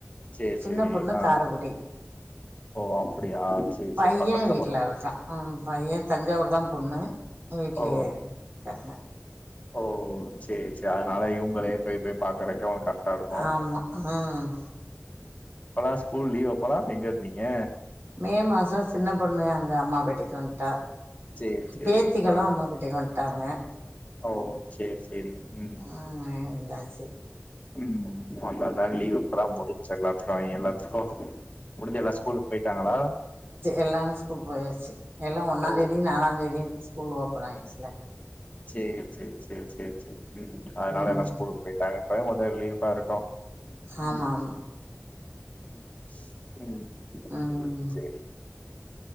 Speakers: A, on the left (about 30°); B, on the right (about 55°).
A: சேரி
B: சின்ன
A: சேரி
B: பொண்ணு
A: ஆ
B: காரக்குடி
A: ஓ அப்டியா சேரி
B: பைய
A: சேரி பக்கத்துல
B: வீட்ல
A: போல
B: இருக்கா ம் பைய தஞ்சாவூர் தா பொண்ணு வீட்லயே
A: ஓ
B: இருக்காங்க
A: ஓ சேரி சேரி அதுனால இவுங்களே போய் போய் பாக்கறக்கு உனக் கரெ கருமா
B: ஆமா ம்
A: இப்பதா ஸ்கூல் லீவ் அப்பதா என்ஜாய் பண்ணீங்க
B: மே மாசோ சின்ன பொண்ணு அங்க அம்மா பேட்டைக்கு வந்ட்டா
A: சேரி சேரி
B: பேத்திகளு
A: ஆ
B: அம்மாபேட்டைக்கு வந்ட்டாங்க
A: ஓ சேரி சேரிங்க ம்
B: ம் எழுந்தாச்சு
A: ம் அதா அதா லீவ் பூரா முடிச்சு எல்லாத்துக்கு அவைங்க எல்லாத்துக்கு முடிஞ்சு எல்லா ஸ்கூலுக்கு போயிட்டாங்களா
B: எல்லாமே ஸ்கூல் போயாச்சு எல்லா ஒன்னா
A: ஓ
B: தேதி நாலா தேதி ஸ்கூல் ஓப்பன் ஆயிடுச்சுல
A: சேரி சேரி சேரி சேரி சேரி ம் அதுனால
B: ம்
A: எல்லா ஸ்கூல் போயிட்டாங்க இப்பதா மொத ரிலீஃபா இருக்கு
B: ஆமா
A: ம்
B: ஆமா
A: ம் சேரி
B: ம்
A: சேரி